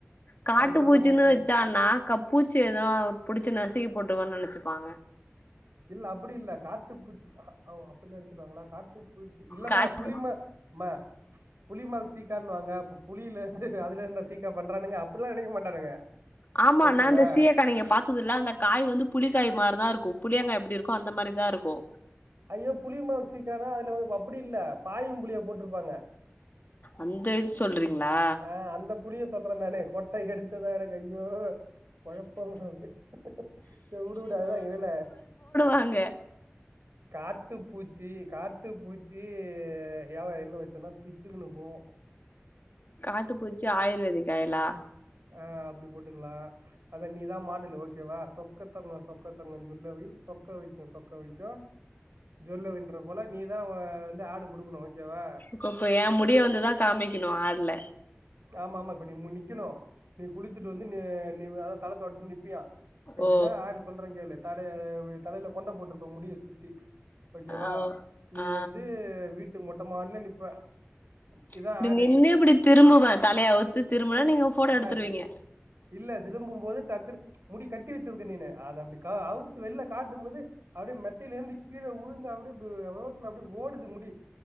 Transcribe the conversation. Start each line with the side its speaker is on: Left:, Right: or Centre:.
Left: காட்டு
Right: அது போல
Left: பூச்சின்னு
Right: நம்மோ
Left: வெச்சானா பூச்சி எதனா புடிச்சு நசுக்கி போட்டிருக்கோன்னு நெனைச்சுப்பாங்க
Right: இல்ல அப்புடி இல்ல காட்டு பூச்சி ஓ அப்புடி நெனைச்சிடுவாங்ளா காட்டு பூச்சி இல்லாம
Left: காட்
Right: புளிமா மா புலிமார் சீக்கான்னுவாங்க அப்ப புலில இருந்து அதுல இருந்தா சீக்கா பண்றானுங்க அப்பட்லா நெனைக்க மாட்டானுங்க
Left: ஆமா
Right: ஓகேவா
Left: நா அந்த சீயக்க நீங்க பாத் ததில்ல அந்த காய் வந்து புளிக்காய் மாரிதா இருக்கு புளியங்காய் எப்டி இருக்கு அந்த மாரிதா இருக்கு
Right: ஐயோ புலிய மார் சீயக்கானா அதுல வா அப்டி இல்ல பாயும் புலியா போட்டிருப்பாங்க
Left: அந்த இது சொல்றீங்ளா
Right: ஆ அந்த புலிய சொல்ற நானு கொட்ட எடுத்ததா எடுக் ஐய்யோ கொழப்பமா அவுது சேர் உடு உடு அதுதா இதுல
Left: தாங்க
Right: காட்டு பூச்சி காட்டு பூச்சி ஹேர் ஆயில் வெச்சோனா பிச்சினு போவோ
Left: காட்டுப்பூச்சி ஆயுர்வேதிக் ஆயிலா
Right: ஆ அப்டி போட்டுக்லா அத நீதா மாடலு ஓகேவா சொக்கத்தங்கோ சொக்கத்தங்கோ ஜுவல்லரி சொக்க வைக்கு சொக்க வைக்கு ஜுவல்லரின்றது போல நீதா வந்து ஆடு குடுக்கணு ஓகேவா
Left: இப்ப ஏ முடிய வந்துதுதா காமிக்கணு ஆடுல
Right: ஆமா ஆமா இப்ப நீ நிக்கணு நீ குளிச்சுட்டு வந்து நீ நீ அத தல தொவத்திகிட்டு நிப்பியா எப்படின்னா
Left: ஓ
Right: ஆடு சொல்றே கேளு தடைய தலையில கொண்ட போட்டுக்கோ முடிய சுத்தி ஓகேவா
Left: ஓ
Right: நீ
Left: ஆ
Right: வந்து வீட்டு மொட்டைமாடில நிப்ப இதான்
Left: இப்படி
Right: ஆடு
Left: நின்னு இப்படி திரும்புவே தலையா அவுத்து திரும்பனா நீங்க ஃபோட்டோ
Right: நாங்கள்
Left: எடுத்துருவீங்க
Right: இல்ல திரும்பும் போது டக்குனு முடி கட்டி வச்சிருக்க நீனு அத அப்படி அவுத்து வெள்ல காட்டும் போது அப்டி மெத்தில ஏந்தி கீழ உழுந்து அப்படிய ரோட்டல அப்பிடியே ஓடுது முடி